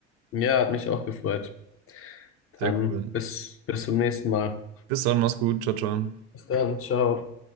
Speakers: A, on the left (about 40°); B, on the right (about 50°).
A: Ja, hat mich auch gefreut.
B: Sehr
A: Dann
B: cool.
A: bis, bis zum nächsten Mal.
B: Bis dann, mach's gut. Ciao, ciao.
A: Bis dann, ciao.